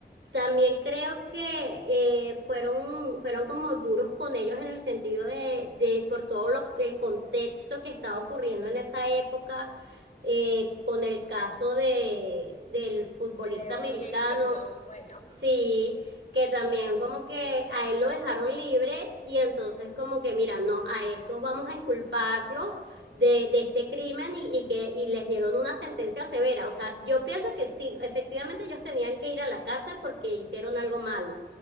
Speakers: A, on the right; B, on the left.
A: También creo que eh, fueron, fueron como duros con ellos en el sentido de, de por todo lo, que- el contexto que estaba ocurriendo en esa época, eh, con el caso de, del futbolista
B: De O.J.
A: americano.
B: Simpson fue, ¿no?
A: Sí, que también como que a él lo dejaron libre y entonces como que mira, no, a estos vamos a inculparlos de, de este crimen y, y que y les dieron una sentencia severa. O sea, yo pienso que sí, efectivamente ellos tenían que ir a la cárcel porque hicieron algo malo,